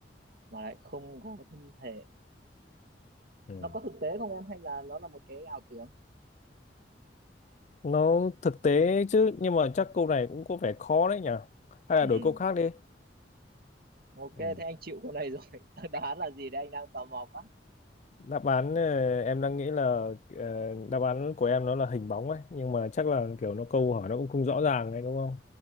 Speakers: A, on the right (about 55°); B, on the left (about 40°).
A: mà lại không có thân thể
B: ừ.
A: nó có thực tế không em hay là nó là một cái ảo tưởng
B: nó thực tế chứ nhưng mà chắc câu này cũng có vẻ khó đấy nhỉ hay
A: Ừm,
B: là đổi câu khác đi
A: ok
B: ừ.
A: thế anh chịu câu này rồi <laughs> đáp án là gì đấy anh đang tò mò quá
B: đáp án ờ, em đang nghĩ là ờ, đáp án của em nó là hình bóng ấy nhưng mà chắc là kiểu nó câu hỏi nó cũng không rõ ràng đấy đúng không